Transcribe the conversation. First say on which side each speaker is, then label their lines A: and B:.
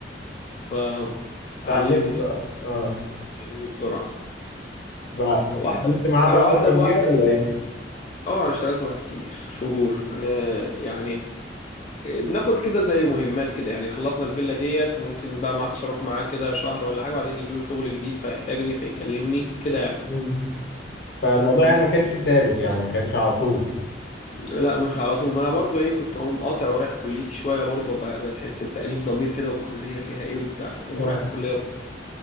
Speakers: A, on the left; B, on the left.
A: فعلمني
B: اتعلمت
A: بسرعة
B: بقى اه
A: علمني بسرعة
B: بقى-
A: واحدة
B: فضلت معاه بقى
A: انا واحدة
B: فترة
A: بواحدة
B: كبيرة ولا ايه؟
A: اه اشتغلت معاه كتير شهور انا يعني بناخد كده زي مهمات كده يعني خلصنا الفيلا ديت ممكن بقى ما عادش اروح معاه كده شهر ولا حاجة بعدين يجي له شغل جديد فيحتاجني فيكلمني كده يعني
B: مم. فالموضوع يعني ما كانش ثابت يعني ما كانش على طول
A: لا مش على طول ما انا برضو ايه كنت اقوم قاطع ورايح كليتي شوية برضو ب- بتحس بتأنيب ضمير كده والكلية فيها ايه وبتاع فتقوم
B: اه
A: رايح الكلية برضو